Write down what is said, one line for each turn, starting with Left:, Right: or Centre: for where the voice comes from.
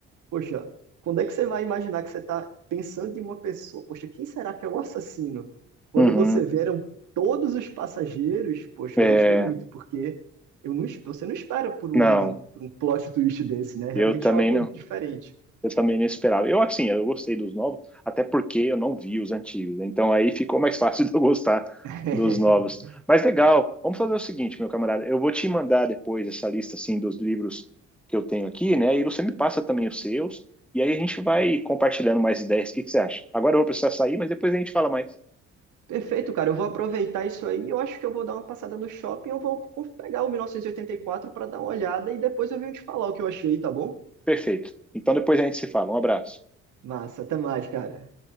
Right: Poxa, quando é que você vai imaginar que você está pensando em uma pessoa, poxa, quem será que é o assassino? Quando
Centre: Uhum.
Right: você veram todos os passageiros, poxa,
Centre: É,
Right: eu gostei muito, porque eu não, você não espera por
Centre: não,
Right: um, por um plot twist desse, né? Realmente
Centre: eu também
Right: é algo
Centre: não.
Right: diferente.
Centre: Eu também não esperava. Eu, assim, eu gostei dos novos, até porque eu não vi os antigos. né? Então aí ficou mais fácil <laughs> de eu gostar
Right: <laughs>
Centre: dos novos. Mas legal, vamos fazer o seguinte, meu camarada. Eu vou te mandar depois essa lista, assim, dos livros que eu tenho aqui, né? E você me passa também os seus. E aí a gente vai compartilhando mais ideias. O que que você acha? Agora eu vou precisar sair, mas depois a gente fala mais.
Right: Perfeito, cara. Eu vou aproveitar isso aí. Eu acho que eu vou dar uma passada no shopping. Eu vou pegar o 1984 para dar uma olhada e depois eu venho te falar o que eu achei, tá bom?
Centre: Perfeito. Então depois a gente se fala. Um abraço.
Right: Massa, até mais, cara.